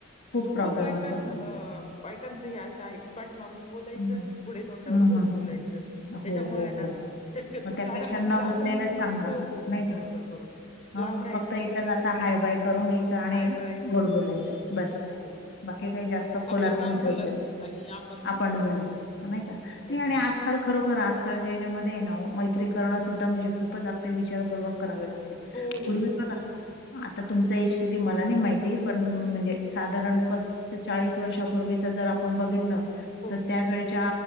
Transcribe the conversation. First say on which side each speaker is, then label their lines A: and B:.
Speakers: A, on the left; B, on the left.
A: म्हणजे
B: प्रॉब्लेम
A: खूप बायकां-म
B: असतो हा
A: बायकांच हे असं आहे. पाठीमागून बोलायचं,
B: हं.
A: पुढे तोंडावर
B: हम्म
A: गोड
B: हम्म
A: बोलायचं,
B: हम्म. हो,
A: त्याच्यामुळे
B: हो,
A: ना
B: हो.
A: शक्यतो
B: मग त्यापेक्षा
A: चार हात
B: न
A: लांब
B: बसलेलंच
A: राहून
B: चांगलं,
A: हो हो
B: नही का
A: बरोबर बरोबर
B: हं
A: लांब राहायचं
B: फक्त येेता- जाता
A: आणि
B: हाय बाय करून घ्यायच आणि
A: हाय बाय
B: गोड बोलायच, बस
A: हो
B: बाकी काही जास्त खोलात
A: आपलं काम
B: घुसायचं
A: भलं,
B: नाही.
A: आणि आप
B: आपण भले, नही का? नही आणि
A: ना
B: आज काल, खरोखर आजकालच्या याच्यामध्ये ये ना ओ मैत्रीकरणं सुद्धा म्हणजे खूपच अगदी विचारपूर्क करावे लाग ते,
A: हो हो
B: पूर्वी बघा
A: हो
B: हां, आता तुमच एज किती मला नही माहिती, पण म्हणजे साधारण पस ते चाळीस वर्षापूर्वीच जर आपण बघितलं
A: हो
B: तर
A: हो
B: त्या वेळच्या